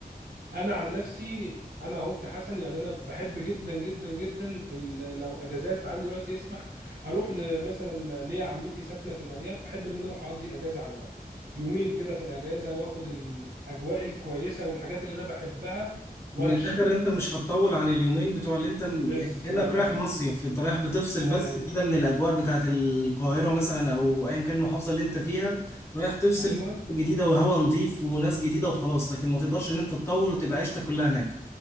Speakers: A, on the right; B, on the left.
A: انا عن نفسي انا هو كحسن يعني انا بحب جدا جدا جدا في ال- لو اجازات عندي وقت يسمح اروح ل- مثلا ليا عمتي ساكنه في الارياف احب ان انا اروح اقضي اجازه عندها يومين كده في الاجازه واخد الاجواء الكويسه والحاجات اللي انا بحبها وامشي
B: من الاخر انت مش هتطول عن اليومين بتوع اللي انت م-
A: بالظبط
B: يعني كانك رايح مصيف انت رايح بتفصل
A: ايوه
B: بس كده من الاجواء بتاعت القاهره مثلا او ايا كان المحافظه اللي انت فيها رايح تفصل
A: ايوه
B: بأجواء جديده وهواء نظيف وناس جديده وخلاص لكن ما تقدرش ان انت تطول وتبقى عيشتك كلها هناك